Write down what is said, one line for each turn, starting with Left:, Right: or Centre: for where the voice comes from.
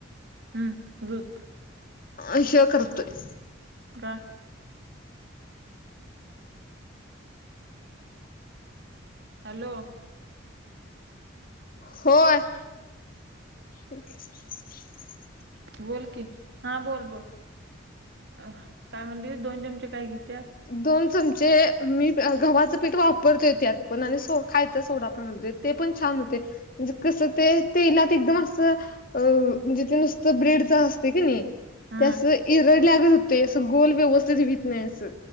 Right: हम्मं रूंद
Left: अश्यां करतांत
Right: कां हॅलो.
Left: होयं. अच् <unintelligible>
Right: बोलं की हां बोलं बोलं कायं म्हणली दोन चमंचे कायं घेतेयां.
Left: दोन चमंचे मी गव्हाचं पीठ वापरते त्यांत पणं आणि सो खायचां सोंडा पणं घालते ते पणं छान होते म्हणजे कसं ते तेलातं ते एकदंम असं. अ म्हणजे ते नुसतं ब्रेडचं असते की नाहीं.
Right: हम्म
Left: त्यासं इरडं लागतं होतंय असं गोल व्यवस्थितं होतं नाहीं असं.